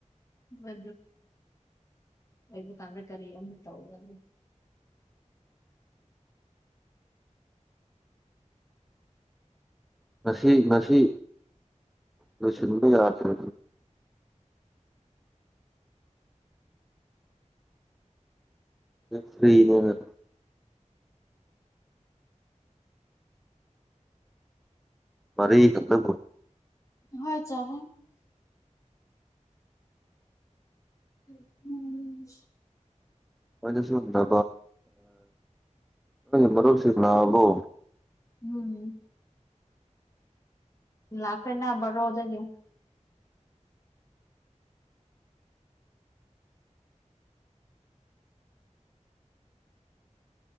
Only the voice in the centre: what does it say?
<inaudible> ꯉꯁꯤ ꯉꯁꯤ ꯂꯣꯏꯁꯤꯟꯕ ꯌꯥꯗ꯭ꯔ ꯐ꯭ꯔꯔꯤꯅꯦꯅ ꯃꯔ ꯈꯗ
ꯃꯅꯁꯨ ꯊ ꯃꯔꯔꯨꯞꯁꯤꯅꯕꯣ